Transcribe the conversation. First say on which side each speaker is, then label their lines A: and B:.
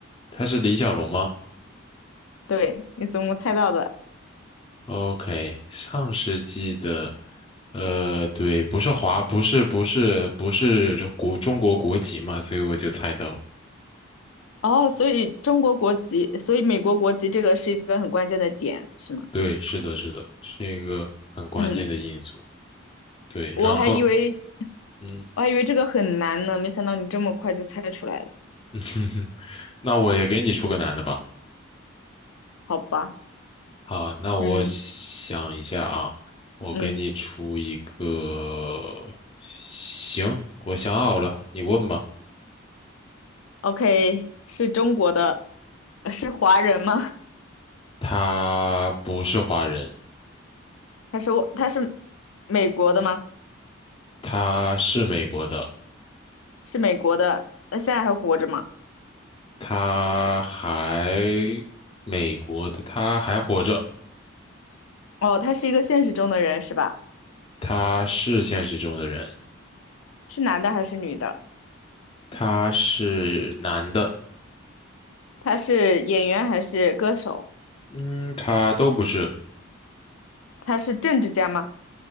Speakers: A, on the left (about 25°); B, on the left (about 80°).
A: 他是李小龙吗
B: 对，你怎么猜到的？
A: ？OK，上世纪的，呃，对，不是华，不是不是不是这国中国国籍嘛，所以我就猜到了
B: 哦，所以中国国籍，所以美国国籍这个是一个很关键的点，是吗？
A: 对，是的，是的，是一个很关键的因素。
B: 嗯，
A: 对，
B: 我还以为。
A: 然后，嗯，
B: 我还以为这个很难呢，没想到你这么快就猜出来了。
A: <laughs> 那我也给你出个难的吧。
B: 好吧，
A: 好，那我想一下啊，
B: 嗯
A: 我给你出一个，
B: 嗯
A: 行，我想好了，你问吧。
B: ，OK，是中国的，呃是华人吗？
A: 他不是华人，
B: <laughs> 他说他是美国的吗？
A: 他是美国的。
B: 是美国的，那现在还活着吗？
A: 他还美国的，他还活着，
B: 哦，他是一个现实中的人是吧？
A: 他是现实中的人，
B: 是男的还是女的？
A: 他是男的，
B: 他是演员还是歌手？
A: 嗯，他都不是，
B: 他是政治家吗？